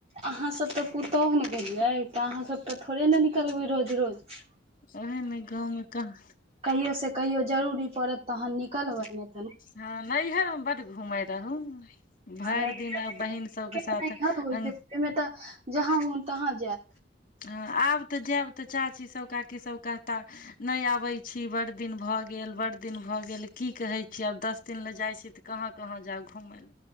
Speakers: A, on the right (about 35°); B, on the left (about 50°).
A: अहाँ सब तै पुतोह नै भेलियै तऽ अहाँ सब तऽ थोड़े नै निकलबै रोज-रोज।
B: ओहेन गाँवमे कह‌
A: कहियो से कहियो जरूरी पड़त तहन निकलबै नै तऽ नै।
B: हां नैहयर में बड घुमै रहू। भर
A: आ नैहर
B: दिन
A: मे
B: बहिन
A: तऽ
B: सबके साथ
A: नैहर होइ
B: अन
A: छै ओहिमे तऽ जहाँ मोन तहाँ जायब
B: हां आब तऽ जैब तऽ चाची सब, काकी सब कहता नै आबै छी, बड़ दिन भऽ गेल बड़ दिन भऽ गेल की कहै छीयै आब दस दिन लए जाइ छी तऽ कहाँ-कहाँ जाउ घूमय लए।